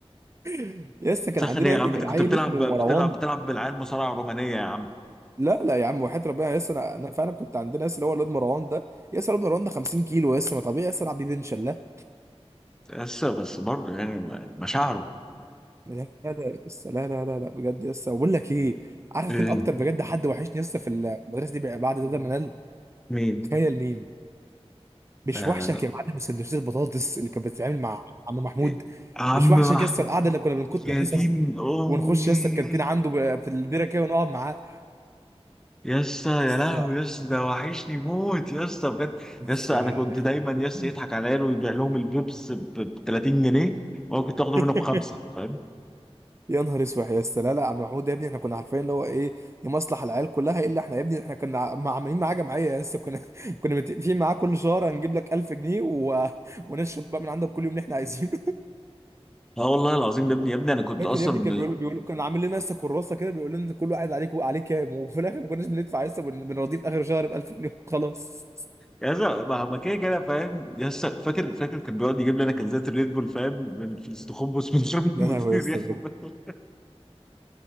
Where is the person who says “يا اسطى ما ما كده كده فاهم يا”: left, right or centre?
Centre